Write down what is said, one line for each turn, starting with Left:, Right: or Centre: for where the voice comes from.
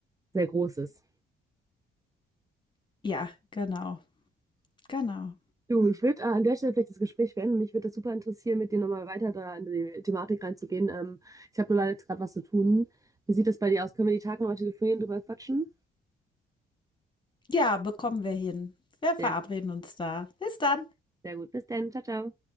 Right: sehr groß ist.
Left: Ja, genau, genau.
Right: Du, ich würde an der Stelle vielleicht das Gespräch beenden. Mich würde das super interessieren, mit dir nochmal weiter da in die Thematik reinzugehen. Ähm, ich habe nur leider jetzt gerade was zu tun. Wie sieht das bei dir aus? Können wir die Tage nochmal telefonieren, drüber quatschen?
Left: Ja, bekommen wir hin. Wir verabreden
Right: Sehr
Left: uns da. Bis dann.
Right: Sehr gut. Bis dann. Ciao, ciao.